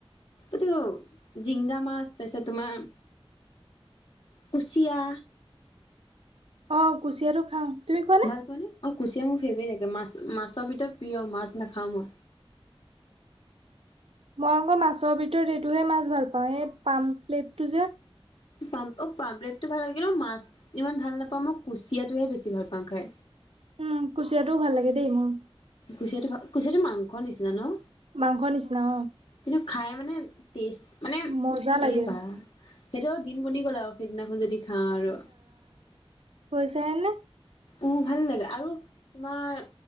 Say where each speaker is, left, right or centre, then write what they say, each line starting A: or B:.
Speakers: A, on the left (about 60°); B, on the right (about 75°).
A: এইটো জিংগা মাছ তাপিছত তোমাৰ। কুচিয়া।
B: অ কুচিয়াটো খাওঁ তুমি খোৱা।
A: ভাল পোৱা নে অ কুচিয়া মোৰ ফেভাৰেট থে মাছ মাছৰ ভিতৰত প্ৰিয় মাছ নাখাও মই।
B: মই আকৌ মাছৰ ভিতৰত এইটোহে মাছ ভাল পাওঁ এই পাম প্লেটটো যে।
A: পাম অ পাম্পলেটো ভাল লাগিলে মাছ ইমান ভাল নাপাওঁ মই কুচিয়াটোহে বেছি ভাল পাওঁ খাই।
B: উম কুচিয়াটো ভাল লাগে দেই মোৰ।
A: কুচিয়াটো কুচিয়াটো মাংসৰ নিচিনা ন।
B: মাংস নিচিনা অ।
A: কিন্তু খাই মানে টেষ্ট মানে
B: মজা লাগে
A: এই বা সেইটো দিন বনি গ'ল আৰু সেইদিনাখন যদি খাওঁ আৰু
B: খইচাই নে
A: অ ভাল লাগে আৰু তোমাৰ